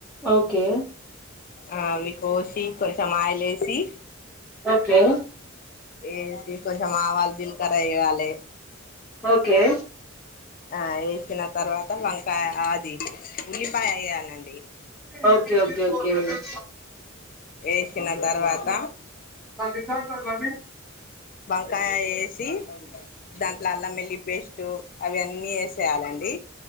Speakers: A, in the centre; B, on the left.
A: ఓకే
B: ఆ అవి కోసి కొంచెం ఆయల్‌ ఏసి
A: ఓకే
B: ఏసి కొంచెం ఆవాల్‌ జీలకర్ర ఎయ్యాలే
A: ఓకే
B: ఆ యేసిన తర్వాత వంకాయ ఆది ఉల్లిపాయ యేయాలండి
A: ఓకే ఓకే ఓకే ఓకే
B: ఏసిన తర్వాత
A: ప్రతి సంవత్సరమా అండి
B: వంకాయ ఏసి దాంట్ల అల్లం వెళ్లి పేస్ట్ అవి అన్నీ యేసేయాలండి